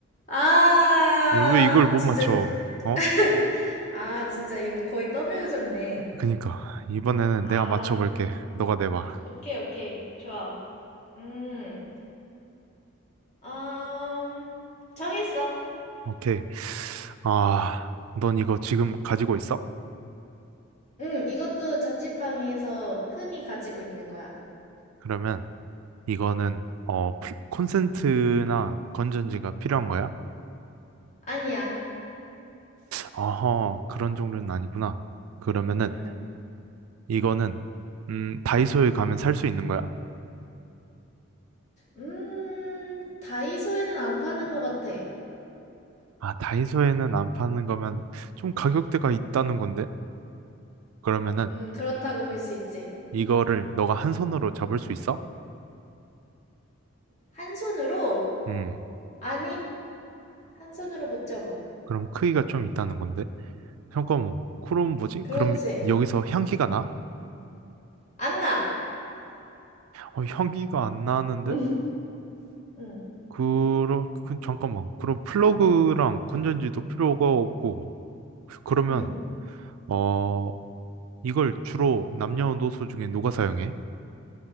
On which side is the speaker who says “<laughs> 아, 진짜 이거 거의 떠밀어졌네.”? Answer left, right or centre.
Left